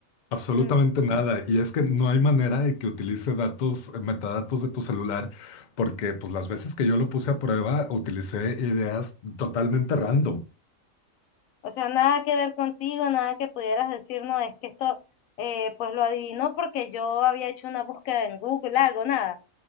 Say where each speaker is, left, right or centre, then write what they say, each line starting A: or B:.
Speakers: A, on the left; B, on the left.
A: Absolutamente
B: mm,
A: nada. Y es que no hay manera de que utilice datos, eh, metadatos de tu celular, porque pues las veces que yo lo puse a prueba, utilicé ideas totalmente random.
B: O sea, nada que ver contigo, nada que pudieras decir, no, es que esto, eh, pues lo adivinó porque yo había hecho una búsqueda en Google, algo, nada.